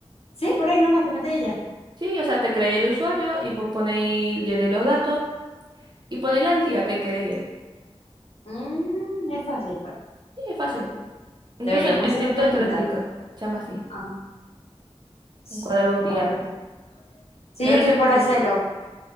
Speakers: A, on the left; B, on the right.
A: Sí, por ahí nomás te metes y ya.
B: Sí, o sea, te creáis el usuario y vos ponéis, llenáis los datos y ponéis al día que querés ir.
A: Mm, es fácil, pues.
B: Sí, es fácil. Incluso
A: Deberíamos
B: en, en
A: hacerlo
B: TikTok
A: para ir
B: te
A: juntas.
B: lo explican. Chama así.
A: Ah, sí,
B: Un cuadro un día.
A: la verdad. Sí,
B: Gabriel
A: yo estoy
B: también
A: por
B: tiene
A: hacerlo.
B: que ir.